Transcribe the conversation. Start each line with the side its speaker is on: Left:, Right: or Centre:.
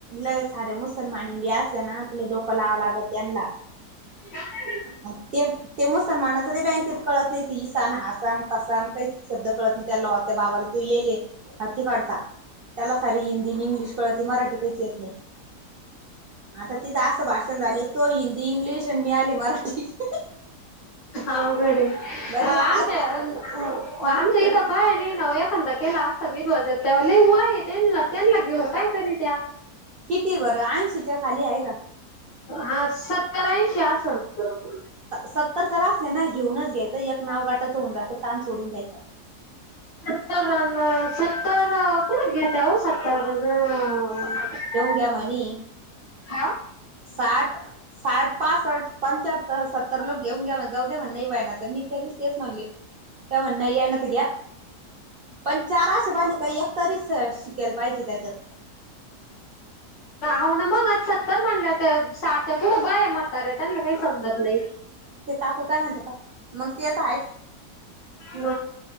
Right: ल सारे मुसलमानी बी असल्या ना तिला डोकं लावं लागत! !! त्यांना
Left: ह <unintelligible>
Right: अ ते ते मुसलमानाच ते बँकेत कळत नाही ते ईसा अन् हसा न कसा काही शब्द कळत नाही त्या त्या बाबाला! ते येइल! तिकडचा त्याला सार हिंदी इंग्लिश कळते मराठी काहीच येत नाही! आता तिथं असं भाषण झाले तो हिंदी इंग्लिश आणि मी आले मराठी! !
Left: अवघडये
Right: बाई
Left: आमच्या
Right: आज अं
Left: आमच्या इद बाया नाही नावो एखादा केला असता विधवा <unintelligible> लई वय ये त्यांना त्यांना घेऊ काय करी त्या
Right: कितीतये बरं ऐंशीच्या खाली आहे का! !
Left: हा सत्तर-ऐंशी असल! !!
Right: सत्तर तर असले ना घेऊनच घ्यायचं एक नाव गटाचं होऊन जातं ताण सोडून द्यायचा!
Left: सतारन सत्तार कुड घेतव <unintelligible>
Right: ग्या मणी
Left: हा!
Right: साठ! ! साठ पासठ पंच्याहत्तर सत्तर लोक घेऊन घ्या म्हण जाऊ द्या म्हण <inaudible> मी त्या दिस तेच म्हणली त्या म्हण नाही ना त घ्या पण चार असे पाहिजे काही एक तरी सर शिकेल पाहिजे त्याच्यात
Left: हो ना मग आज सत्तर म्हटलं तर साठच्या पुढं बाया म्हाताऱ्या त्यांना काही समजत नाही
Right: ते काकू काय म्हणत्या पाय ते त आहेच
Left: म